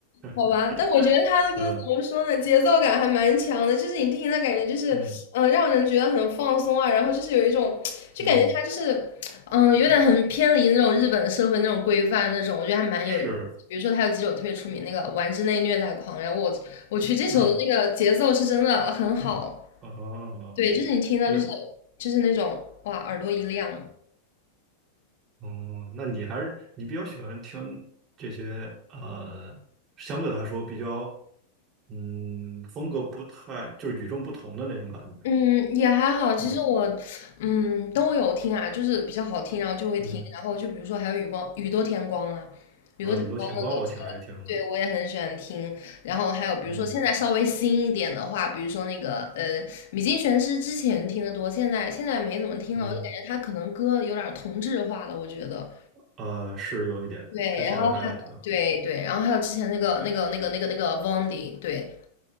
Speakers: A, on the left (about 65°); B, on the right (about 35°).
A: 好吧，
B: <laughs>
A: 但我觉得他的歌怎么说呢，
B: 呃，
A: 节奏感还蛮强的，就是你听的感觉就是，
B: 嗯
A: 嗯、让人觉得很放松啊，然后就是有一种，就感觉他就是，
B: 嗯，
A: 嗯、有点很偏离那种日本社会那种规范那种，我觉得还蛮有意思。
B: 是，
A: 比如说他有几首特别出名那个《玩之内虐待狂》，然后我我去这首的那个节奏是真的很好，
B: 嗯，哦，
A: 对，就是你听到就是
B: 那
A: 就是那种哇耳朵一亮。
B: 哦，那你还是你比较喜欢听这些呃，相对来说比较嗯风格不太就是与众不同的那种感觉，
A: 嗯，也还好。其实我，
B: 这种
A: 嗯，都有听啊，就是比较好听，然后就会听。
B: 嗯
A: 然后就比如说还有雨光、雨多天光啊，雨多天光的歌之类的，
B: 啊，宇宙田光我挺爱听的，
A: 对我也很喜欢听。然后还有比如说现在稍微新一点的话，
B: 嗯
A: 比如说那个呃，米津玄师之前听的多，现在现在没怎么听了，
B: 嗯。
A: 我就感觉他可能歌有点儿同质化了，我觉得。
B: 呃，是有一点，
A: 对，
B: 之前还挺
A: 然后对对，然后还有之前那个那个那个那个那个 Vondi，对，